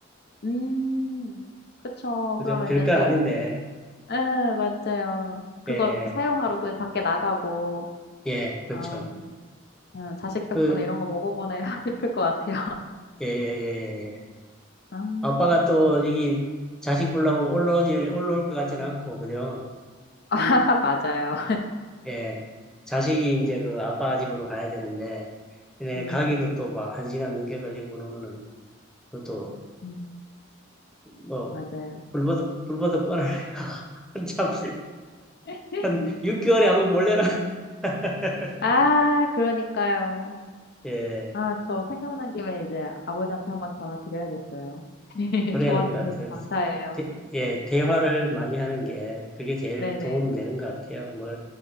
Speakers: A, on the left; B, in the centre.
A: 음, 그쵸.
B: 그죠
A: 그러면
B: 별거
A: 이제 또,
B: 아닌데
A: 예, 맞아요. 그거
B: 예예
A: 사용하러 또 밖에 나가고,
B: 예, 예, 그렇죠
A: 음, 음, 자식 덕분에
B: 그예예예예
A: 이런 거 먹어보네 <laughs> 싶을 것 같아요.
B: 예, 예. 예, 예. 예.
A: 아,
B: 아빠가 또 여기 자식 보려고 올라오질 올라올 것 같지는 않고 그죠
A: <laughs> 맞아요.
B: 예 자식이 이제 그 아빠 집으로 가야 되는데 근데
A: 음,
B: 가기도 또 막 한 시간 넘게 걸리고 그러면은 그것도
A: 음,
B: 뭐
A: 맞아요.
B: 불보듯 불보듯 뻔하네요. <laughs> 한참
A: <laughs>
B: 한한 6개월에 한번 몰려라 <laughs>
A: 아, 그러니까요.
B: 예,
A: 아, 저 생각난 김에 이제 아버지한테 한번 전화 드려야겠어요. <laughs>
B: 그래야
A: 조언
B: 될 것
A: 주셔서
B: 같아요.
A: 감사해요.
B: 대, 예, 대화를 많이 하는 게 그게 제일
A: 네네.
B: 도움 되는 것 같아요. 뭐